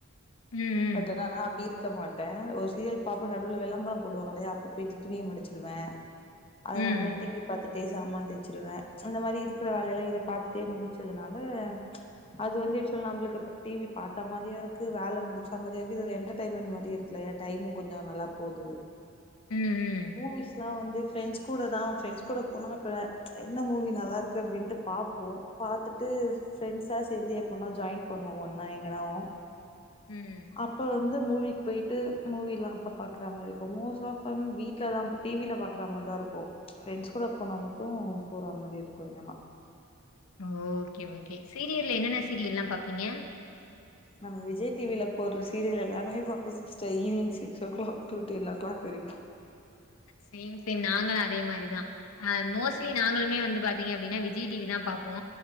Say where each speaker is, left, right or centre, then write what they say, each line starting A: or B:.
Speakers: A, on the left; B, on the left.
A: ம் ம்
B: பட் ஆனா நா அப்டி இருக் க்க மாட்டே ஒரு சீரியல் பாப்பே நடுவுல வெளம்பரோ போட்ருவாங்களயா அப்ப போயிட்டு துணிய மடிச்சிருவ அதுல்லாம
A: ம்
B: டி வி பாத்துட்டே சாமான் தேச்சிடுவ அந்த மாரி இருக்கற வேலையிலா இத பாத்துட்டே முடி ச்சதுனால அது வந்து யூஸ்வலா நம்ளுக்கு டி வி பாத்த மாதியு இருக்கு வேல முடிச்ச மாதிரி இருக்கு இது ஒரு என்டர்டெய்மெண்ட் மாதி இரு இல்லயா டைமு கொஞ்சோ நல்லா போது
A: ம் ம்
B: மூவிஸ்லா வந்து ஃப்ரெண்ட்ஸ் கூட தான் ஃரெண்ட்ஸ் கூட போனா அப்ப என்ன மூவி நல்லா இருக்கு அப்டின்டு பாப்போ பாத்துட்டு ஃப்ரண்ட்ஸா சேர்ந்து எப்போனாலு ஜாயின் பண்ணுவோ ஒன்னா எங்கனாவ்
A: ம்
B: அப்ப வந்து மூவிக் போய்ட்டு மூவில்லாம அப்ப பாக்கற மாரி இருக்கு மோஸ்ட் ஆஃப் தெம் வீட்ல தா டி வி ல பாக்குற மா தான் இருக்கு ஃப்ரெண்ட்ஸ் கூட போனா மட்டும் போற மாரி இருக்கு வேன்னா
A: ஓ ஓகே ஓகே சீரியல்ல என்னென்ன சீரியல்லா பாப்பீங்க
B: நம்ம விஜய் டி வி ல போட்ற சீரியல் எல்லாமே பாப்போ sister evening six o'clock to ten o'clock வரைக்கு
A: சேம் சேம் நாங்களு அதே மாரி தான் ஆ மோஸ்ட்லி நாங்களுமே வந்து பாத் தீங்க அப்டின்னா விஜய் டி வி தான் பாப்போ